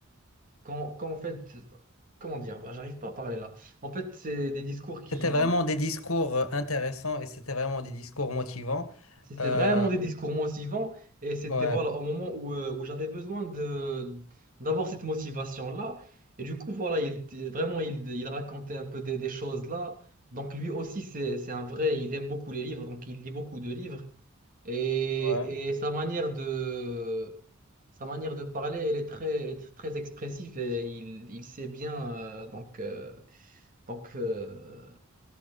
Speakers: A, on the right; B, on the left.
A: quand, quand en fait... Comment dire? Bah, J'arrive pas à parler là. En fait, c'est des discours qui
B: C'était vraiment des discours euh, intéressants et c'était vraiment des discours motivants.
A: C'était
B: Euh,
A: vraiment des discours motivants et c'était
B: ouais,
A: voilà au moment où, euh, où j'avais besoin de d'avoir cette motivation-là. Et du coup, voilà, il était- vraiment il, il racontait un peu des, des choses là. Donc lui aussi, c'est, c'est un vrai, il aime beaucoup les livres, donc il lit beaucoup de livres. Et,
B: ouais,
A: et sa manière de sa manière de parler, elle est très, elle est très expressive et il, il sait bien euh, donc euh, donc euh,